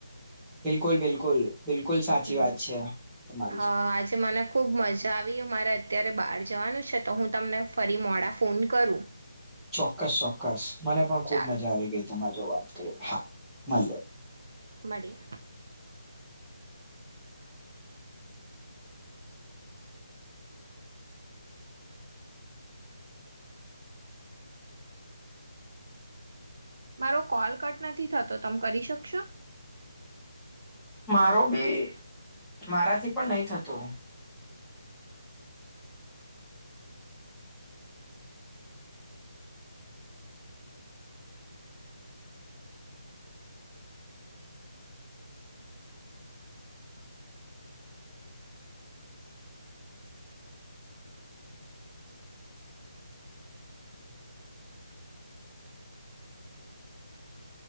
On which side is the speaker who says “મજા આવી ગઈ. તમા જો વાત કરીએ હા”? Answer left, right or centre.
Centre